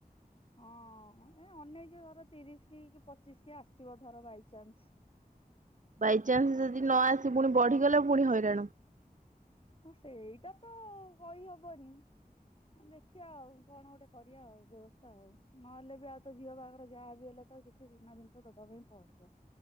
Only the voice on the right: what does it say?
ବାଇଚନ୍ସ ଯଦି ନ ଆସି ପୁଣି ବଢିଗଲା ପୁଣି ହଇରାଣ।